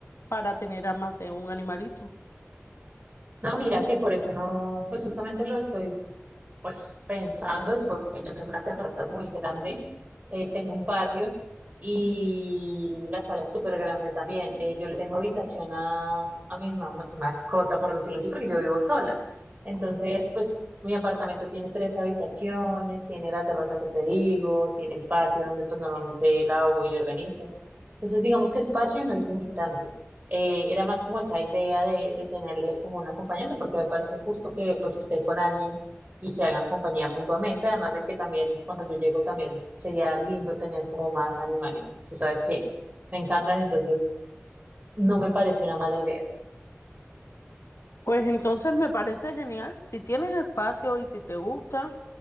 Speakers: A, on the left; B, on the right.
A: para tener a más de un animalito.
B: No, mira que por eso no, pues justamente lo estoy Pues pensando es porque yo tengo una terraza muy grande, eh, tengo un patio y la sala es súper grande también. Eh, yo le tengo habitación a, a mi mam- mascota, por decirlo así, porque yo vivo sola. Entonces, pues mi apartamento tiene tres habitaciones, tiene la terraza que te digo, tiene el patio donde pues normalmente lavo y organizo. Entonces, digamos que espacio no es limitante. Eh, era más como esa idea de, de tenerle como un acompañante, porque me parece justo que pues esté con alguien y se hagan compañía mutuamente, además de que también cuando yo llego también sería lindo tener como más animales. Tú sabes que me encantan, entonces no me parece una mala idea.
A: Pues entonces me parece genial. Si tienes espacio y si te gusta,